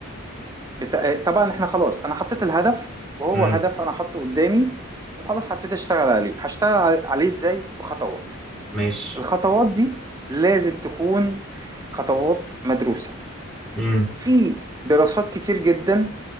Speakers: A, on the right; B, in the centre.
A: بتا... طبعا احنا خلاص انا حطيت الهدف وهو
B: امم
A: هدف انا حاطه قدامي وخلاص هبتدي اشتغل عليه هشتغل على- عليه ازاي بخطوات
B: ماشي
A: الخطوات دي لازم تكون خطوات مدروسة
B: امم
A: في دراسات كتير جدا